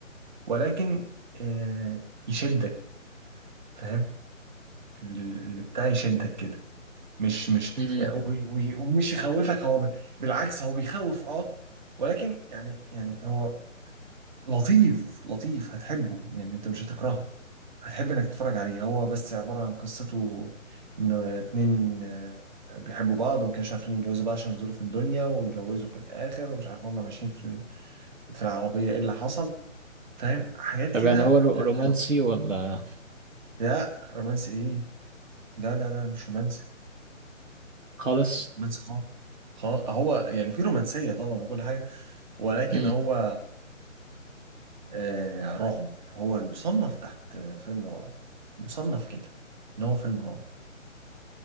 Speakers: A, on the right; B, on the right.
A: ولكن آه يشدك فاهم ال- اللي بتاع يشدك كده مش مش
B: امم
A: آه، و- و- ومش يخوفك هو ب- بالعكس هو بيخوف اه ولكن يعني يعني هو لطيف لطيف هتحبه يعني انت مش هتكرهه هتحب انك تتفرج عليه هو بس عبارة عن قصته انه اتنين آه، بيحبوا بعض وما كانوش عارفين يتجوزوا بقى عشان ظروف الدنيا واتجوزوا في الاخر ومش عارف هما ماشيين في ال- في العربية ايه اللي حصل فاهم حاجات
B: طب
A: كده
B: يعني هو رو-
A: لا
B: رومانسي ولا
A: لا رومانسي ايه لا لا لا مش رومانسي
B: خالص
A: مش رومانسي خالص خلاص هو يعني في رومانسية طبعا وكل حاجة ولكن
B: امم
A: هو آه رعب هو يصنف تحت آه، فيلم رعب مصنف كده ان هو فيلم رعب